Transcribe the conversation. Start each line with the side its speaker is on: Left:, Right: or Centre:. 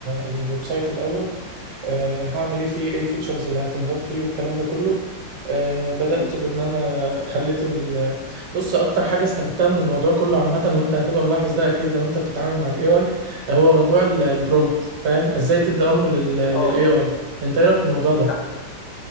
Right: الويب سايت الاول آه، هعمل ايه فيه ايه الفيتشرز اللي هتنضاف فيه والكلام ده كله آه، بدأت
Left: ماشي
Right: بان انا خليت ال بص اكتر حاجة استفدتها من الموضوع كله عامة وانت هتبقى ملاحظ ده اكيد لو انت بتتعامل مع الاي اي هو موضوع ال- البرومبت فاهم ازاي تدي امر لل للاي
Left: اه
Right: اي انت ايه رايك في الموضوع ده
Left: ده حاجة.